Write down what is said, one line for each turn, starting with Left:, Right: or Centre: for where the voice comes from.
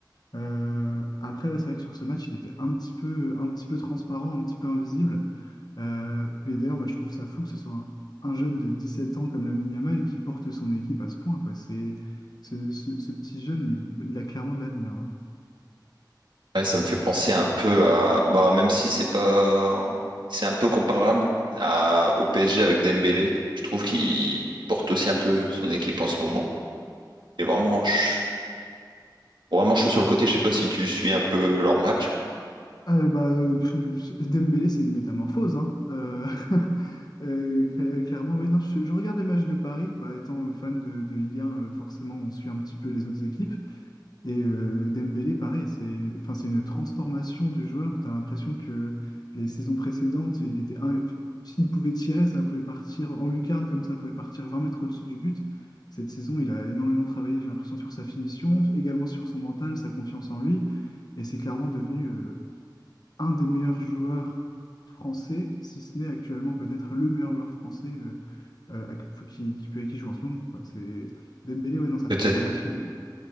Left: Euh, après, ouais, c'est vrai que sur ce match, il était un petit peu, un petit peu transparent, un petit peu invisible. Euh, mais d'ailleurs, moi, je trouve ça fou que ce soit un, un jeune de 17 ans comme Lamine Yamal et qui porte son équipe à ce point, quoi. C'est, ce, ce- ce petit jeune, il, il a clairement de l'avenir. hein.
Right: Ouais, ça me fait penser un peu à, bah, même si c'est pas, c'est un peu comparable à, au PSG avec Dembélé. Je trouve qu'il porte aussi un peu son équipe en ce moment. Et vraiment, ch- vraiment chaud sur le côté. Je sais pas si tu suis un peu leur match.
Left: Euh, bah, euh, pff, Dembélé, c'est une métamorphose, hein. Euh, <laughs> euh, cla- clairement, oui. Non, je, je regarde les matchs de Paris. Bah, étant euh, fan de, de Ligue 1, euh, forcément, on suit un petit peu les autres équipes. Et euh, Dembélé, pareil, c'est, enfin, c'est une transformation du joueur. Tu as l'impression que les saisons précédentes, il était, un- s'il pouvait tirer, ça pouvait partir en lucarne, comme ça pouvait partir 20 mètres au-dessus du but. Cette saison, il a énormément travaillé, j'ai l'impression, sur sa finition, également sur son mental, sa confiance en lui. Et c'est clairement devenu euh, un des meilleurs joueurs français, si ce n'est actuellement peut-être le meilleur joueur français euh, euh, à- qui, qui peut, qui joue en ce moment, quoi. C'est Dembélé, ouais, dans sa
Right: Peut-être
Left: transformation, euh,